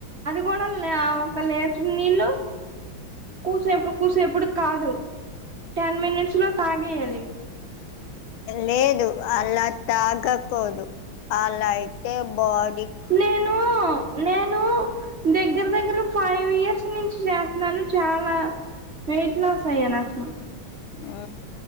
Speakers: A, on the right; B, on the left.
A: కూడల్ని ఒక్క లీటర్ నీళ్ళు కూసేపు కూసేపుడ్డకి కాదు టెన్ మినిట్స్లో తాగేయాలి
B: లేదు అలా తాగకూదు అలా అయితే బాీ
A: నేను నేను దగ్గర దగ్గర ఫైవ్ ఇయర్స్ నుంచి చేస్తన్నాను చాలా వెయిట్లాస్అయ్యానాస్లు
B: ఆ